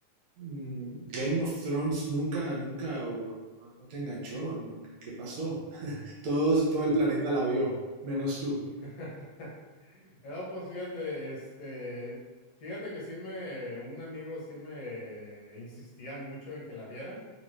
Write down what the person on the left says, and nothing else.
mm.
<laughs> No, pues fíjate, este, fíjate que sí me, un amigo sí me insistía mucho en que la viera.